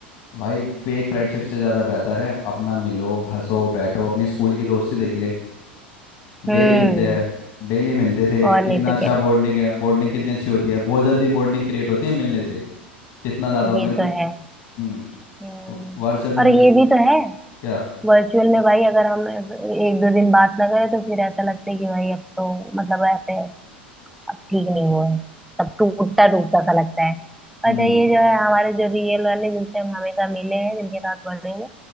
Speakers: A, on the left; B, in the centre.
A: भाई फेक फ्रेंडशिप से ज़्यादा बेहतर है अपना मिलो हंसो बैठो अपनी स्कूल की दोस्ती देख ले
B: हम्म
A: डेली मिलते हैं डेली मिलते थे
B: और
A: कितना
B: नहीं तो
A: अच्छा
B: क्या
A: बॉन्डिंग है बॉन्डिंग कितनी अच्छी होती है बहुत जल्दी बॉन्डिंग क्रिएट होती है मिलने से जितना ज़्यादा मिल
B: ये तो है
A: हम्म
B: हम्म
A: वर्चुअल में
B: और
A: मिलते
B: ये भी तो है
A: क्या
B: वर्चुअल में भाई अगर हम एक दो दिन बात ना करें तो फिर ऐसा लगता है कि भाई अब तो मतलब ऐसे अब ठीक नहीं हुआ है सब टूटता टूटता सा लगता है
A: हम्म
B: और ये जो है हमारे जो रियल वाले जिनसे हम हमेशा मिले हैं जिनके साथ बढ़े हैं